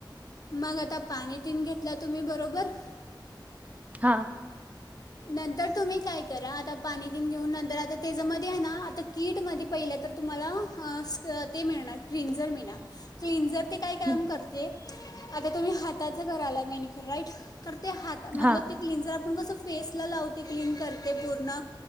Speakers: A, on the left; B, on the right.
A: मग आता पाणी तिनं घेतल्या तुम्ही बरोबर
B: हा
A: नंतर तुम्ही काय करा आता पाणी तिनं घेऊन नंतर आता त्याजामध्ये हाय ना आता कीट मध्ये पहिल तर तुम्हाला अ स्क ते मिळणार क्लिनझर मिळणार क्लिनझर ते काय काम
B: हं,
A: करते. आता तुम्ही हाताच करालाय मेनिक्यू राईट तर ते हात मधलं
B: हां,
A: ते क्लिजर आपण कस फेस ला लावते क्लीन करते पूर्ण